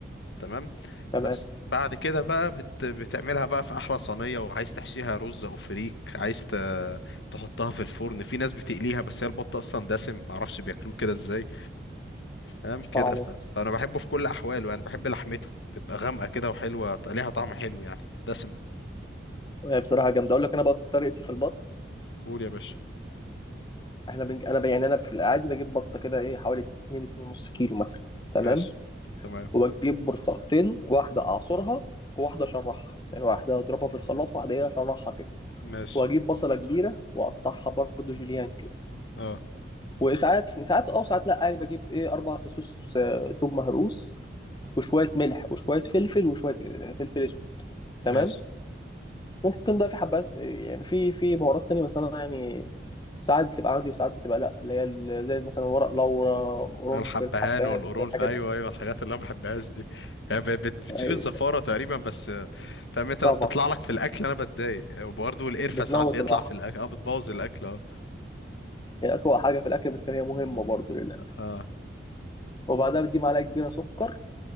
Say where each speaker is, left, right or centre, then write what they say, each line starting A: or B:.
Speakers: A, on the left; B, on the left.
A: تمام
B: تمام
A: بس بعد كده بقى بت... بتعملها بقى في احلى صينيه وعايز تحشيها رز او فريك عايز ت... تحطها في الفرن في ناس بتقليها بس هي البط اصلا دسم معرفش بياكلوه كده ازاي تمام كده
B: صعبه
A: ف... فانا بحبه في كل احواله يعني بحب لحمته تبقى غامقه كده وحلوه ليها طعم حلو يعني دسمه
B: هي بصراحه جامده اقول لك انا بقى طريقتي في البط
A: قول يا باشا
B: احنا بنج... انا ب... يعني انا في العادي بجيب بطه كده ايه حوالي 2 2 ونص كيلو مثلا تمام
A: ماشي تمام
B: وبجيب برتقتين واحدة أعصرها وواحدة أشرحها يعني واحدة أضربها في الخلاط واحدة إيه أشرحها كده
A: ماشي
B: وأجيب بصلة كبيرة وأقطعها برضه جوليان كده
A: اه
B: وساعات ساعات أه وساعات لأ يعني بجيب إيه أربع فصوص آه، توم مهروس وشوية ملح وشوية فلفل وشوية آه، فلفل أسود تمام
A: ماشي
B: ممكن بقى في حبات آه، يعني في في بهارات تانية بس أنا يعني ساعات بتبقى عندي وساعات بتبقى لأ اللي هي ال- زي مثلا ورق لورا قرنفل
A: الحبهان
B: حبات
A: والقرون
B: الحاجات
A: ايوه
B: دي
A: ايوه الحاجات اللي انا ما بحبهاش دي هي ب- بت- بتشيل
B: أيوة،
A: الزفاره تقريبا بس فاهم انت
B: طبعا
A: لما بتطلع لك في الاكل انا بتضايق وبرضه القرفه
B: بتموت
A: ساعات بيطلع
B: الواحد
A: في الاكل اه بتبوظ الاكل اه
B: هي أسوأ حاجة في الأكل بس هي مهمة برضه للأسف
A: اه
B: وبعدها بتجيب معلقة كبيرة سكر